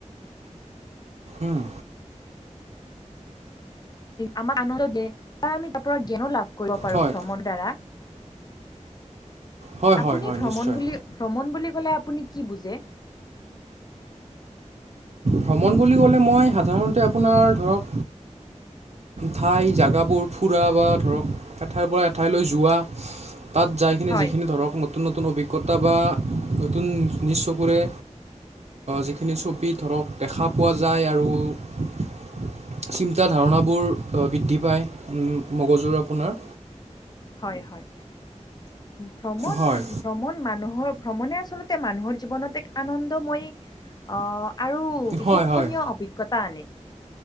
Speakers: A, on the right (about 60°); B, on the left (about 35°).
A: উম,
B: আমাক আনন্দ দে বা আমি তাৰ পৰা জ্ঞানো লাভ কৰিব পাৰো
A: হয়,
B: ভ্ৰমণ দ্বাৰা।
A: হয়,
B: আপুনি
A: হয়, হয়
B: ভ্ৰমণ
A: নিশ্চয়।
B: বুলি ভ্ৰমণ বুলি কলে আপুনি কি বুজে।
A: ভ্ৰমণ বুলি ক'লে মই সাধাৰণতে আপোনাৰ ধৰক ঠাই জোগাবোৰ ফুৰা বা ধৰক এঠাইৰ পৰা এঠাইলৈ যোৱা তাত যাইখিনি
B: হয়
A: যিখিনি ধৰক নতুন, নতুন অভিজ্ঞতা বা নতুন নিজ চকুৰে যিখিনি চব <unintelligible> ধৰক দেখা পোৱা যায় আৰু চিন্ত ধাৰণাবোৰ বৃদ্ধি পায়। মগজুৰ আপোনাৰ
B: হয়, হয় ভ্ৰমণ
A: হয়,
B: ভ্ৰমণ মানুহৰ ভ্ৰমণে আচলতে মানুহৰ জীৱনত এক আনন্দময় আহ আৰু
A: হয়,
B: শিক্ষণীয়
A: হয়,
B: অভিজ্ঞতা আনে